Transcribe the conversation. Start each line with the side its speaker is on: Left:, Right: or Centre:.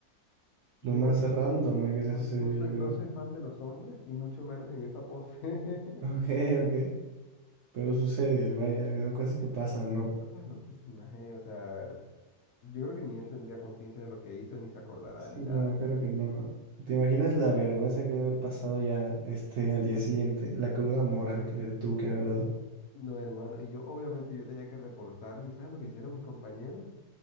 Left: Yo
Right: Lo más random
Left: no, no,
Right: eh, que
Left: no, no-
Right: te sucedió,
Left: no soy,
Right: yo
Left: no
Right: creo.
Left: soy fan de los hombres y mucho menos en esa pose. <laughs>
Right: Ok, ok. Pero sucede, vaya, son cosas que pasan, ¿no?
Left: Cosas loquísimas, ¿eh? O sea, yo creo que ni él tendría conciencia de lo que hizo, ni se acordará,
Right: Sí,
Left: ni
Right: no,
Left: nada.
Right: claro que no. ¿Te imaginas la vergüenza que debe haber pasado ya este al día siguiente? La cruda moral que le tuvo que haber dado.
Left: No, hermano, y yo obviamente yo tenía que reportarle, ¿sabes lo que hicieron mis compañeros?